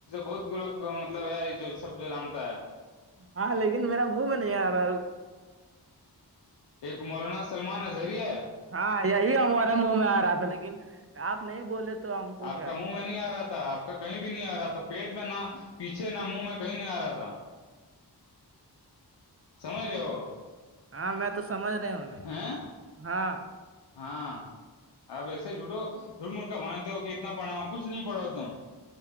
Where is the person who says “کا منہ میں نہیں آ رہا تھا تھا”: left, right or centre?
Left